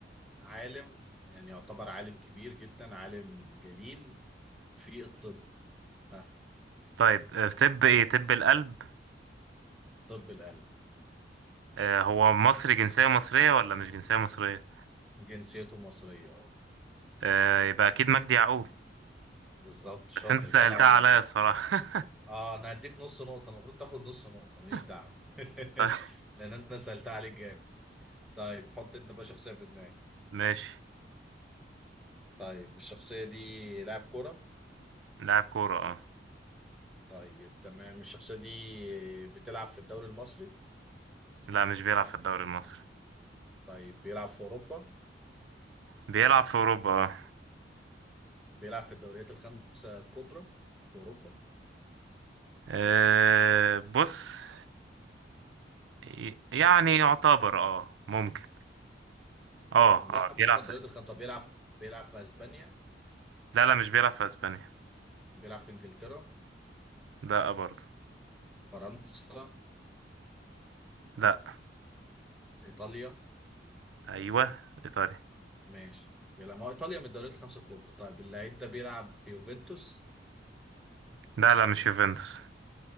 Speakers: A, in the centre; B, on the right.
A: عالم يعني يعتبر عالم كبير جدا عالم جليل في الطب ها
B: طيب آه، في طب ايه طب القلب
A: طب القلب
B: آه، هو مصري جنسية مصرية ولا مش جنسية مصرية
A: جنسيته مصرية اه
B: آه، يبقى اكيد مجدي يعقوب
A: بالظبط شاطر
B: بس انت سألتها
A: جدع والله
B: عليا الصراحة
A: اه انا هديك نص نقطة المفروض تاخد نص نقطة ماليش
B: <laughs>
A: دعوة <laughs>
B: طيب
A: لان انا سألتها عليك جامد طيب حط انت بقى شخصية في دماغك
B: ماشي
A: طيب الشخصية دي لاعب كرة
B: لاعب كورة اه
A: طيب تمام الشخصية دي بتلعب في الدوري المصري
B: لا مش بيلعب في الدوري المصري
A: طيب بيلعب في اوروبا
B: بيلعب في اوروبا اه
A: بيلعب في الدوريات الخمسة الكبرى في اوروبا
B: آه، بص ي- يعني يعتبر اه ممكن اه
A: لا
B: اه
A: ما
B: بيلعب
A: هم الدوريات
B: في
A: الخمسة طب بيلعب في- بيلعب في اسبانيا
B: لا لا مش بيلعب في اسبانيا
A: بيلعب في انجلترا
B: لا برضه
A: فرنسا
B: لا
A: ايطاليا
B: ايوه ايطاليا
A: ماشي بيلعب ما هو ايطاليا من الدوريات الخمسة الكبرى طيب اللعيب ده بيلعب في يوفنتوس
B: لا لا مش يوفنتوس